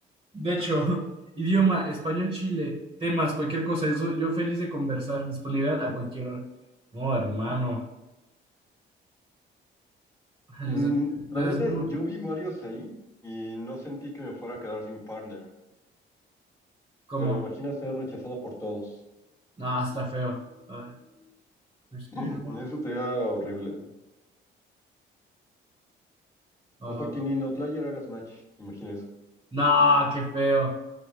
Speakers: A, on the right; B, on the left.
A: de hecho, <laughs> idioma, español, Chile, temas, cualquier cosa, yo, soy- yo feliz de conversar, disponibilidad a cualquier hora. No, hermano, <laughs> les,
B: Mm,
A: des- les
B: la
A: deseo
B: neta,
A: mu-
B: yo vi varios ahí y no sentí que me fuera a quedar sin partner.
A: ¿cómo?
B: Pero imagina ser rechazado por todos.
A: No, está feo. A ver, respiro,
B: <clears throat> Mm, Eso sería horrible.
A: ah,
B: O sea, que ni en Outlier hagas match. Imagina eso.
A: no, qué feo.